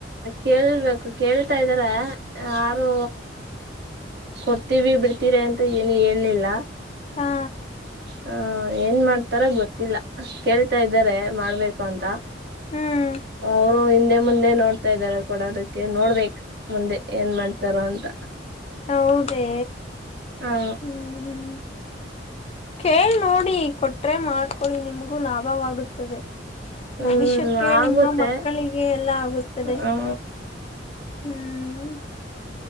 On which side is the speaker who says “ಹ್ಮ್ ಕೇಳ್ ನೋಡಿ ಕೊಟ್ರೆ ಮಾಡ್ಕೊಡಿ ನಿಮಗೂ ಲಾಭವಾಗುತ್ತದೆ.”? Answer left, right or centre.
Left